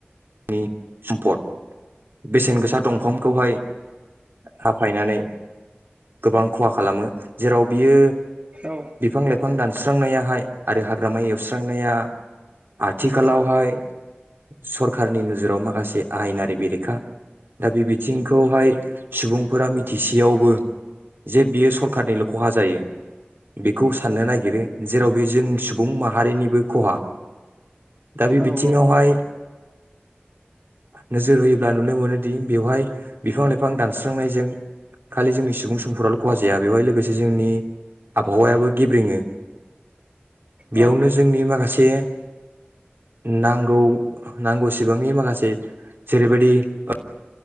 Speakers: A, on the right (about 65°); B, on the right (about 35°).
A: नि सम्पद बेसेन गोसा दंफांखौहाय हाफायनानै गोबां खहा खालामो जेराव बियो
B: औ
A: बिफां लाइफां दानस्रांनायाहाय आरो हाग्रामा एवस्रांनाया आथिखालावहाय सर खारनि नोजोराव माखासे आयेनारि बेरेखा दा बे बिथिंखौहाय सुबुंफोरा मिथिसेयावबो जे बियो सरखारनिल' खहा जायो बेखौ साननो नागिरो जेराव बे जों सुबुं माहारिनिबो ख'हा दा बे बिथिंङावहाय
B: औ
A: नोजोर होयोब्ला नुनो मोनोदि बेवहाय बिफां लाइफां दानस्रांनायजों खालि जोंनि सुबुं समफोराल' खहा जाया बेवहाय लोगोसे जोंनि आबहावायाबो गेब्रेङो बेयावनो
B: औ
A: जोंनि माखासे नांगौ नांगौसिबांनि माखासे जेरैबायदि ओ